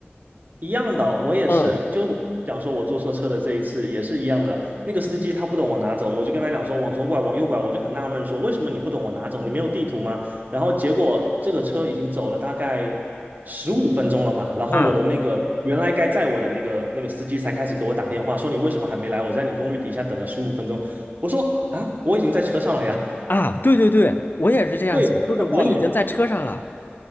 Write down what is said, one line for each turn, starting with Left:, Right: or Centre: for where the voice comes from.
Right: 一样的，我也是，
Left: 嗯
Right: 就是我讲说我坐错车的这一次也是一样的。那个司机他不懂往哪走，我就跟他讲说往左拐，往右拐，我就很纳闷说为什么你不懂我哪走，你没有地图吗？然后结果这个车已经走了大概十五分钟了吧，然后我的那个原来该载我的那个那个司机才开始给我打电话说你为什么还没来？
Left: 啊
Right: 我在你公寓底下等了十五分钟。我说啊，我已经在车上了呀，
Left: 啊，对对对，我也是这样想，
Right: 对，
Left: 就是我已经在车上了。
Right: 这个道理。